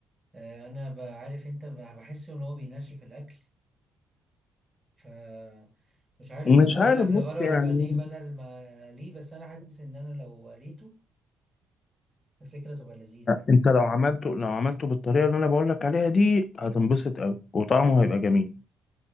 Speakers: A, on the right; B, on the left.
A: آه، أنا بعرف أنت ب- بحس إن هو بينشف الأكل ف مش عارف
B: مش
A: كنت أقول
B: عارف
A: لك نجرب
B: بص يعني
A: البانيه بدل ما أقليه بس أنا حاسس إن أنا لو قليته الفكرة تبقى لذيذة يعني
B: انت لو عملته لو عملته بالطريقه اللي انا بقول لك عليها دي هتنبسط قوي وطعمه هيبقى جميل